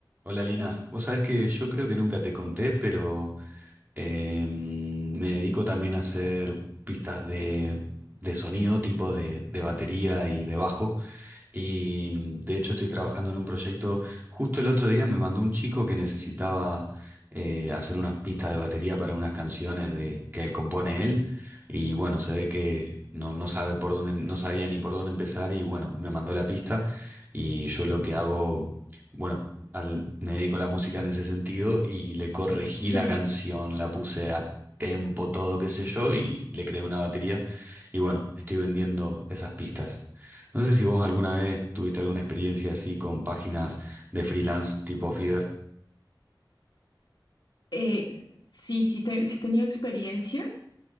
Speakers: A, on the right (about 25°); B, on the left (about 65°).
A: Hola Lina, vos sabés que yo creo que nunca te conté, pero eh, me dedico también a hacer pistas de, de sonido, tipo de, de batería y de bajo. Y de hecho estoy trabajando en un proyecto. Justo el otro día me mandó un chico que necesitaba eh, hacer unas pistas de batería para unas canciones de, que compone él. Y bueno, se ve que no, no sabe por dónde, no sabía ni por dónde empezar. Y bueno, me mandó la pista. Y yo lo que hago, bueno, al, me dedico a la música en ese sentido y le corregí
B: Sí,
A: la canción, la puse a tempo, todo, qué sé yo, y le creé una batería. Y bueno, estoy vendiendo esas pistas. No sé si vos alguna vez tuviste alguna experiencia así con páginas de freelance tipo Fiverr.
B: eh, sí, sí, te- sí he tenido experiencia,